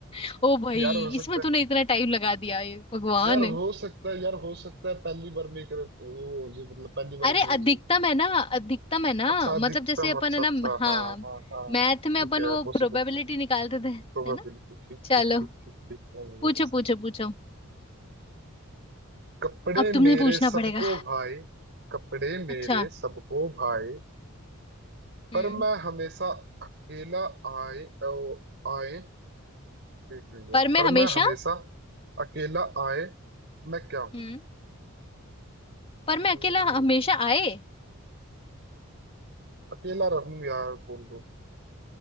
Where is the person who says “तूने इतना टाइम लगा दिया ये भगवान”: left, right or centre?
Left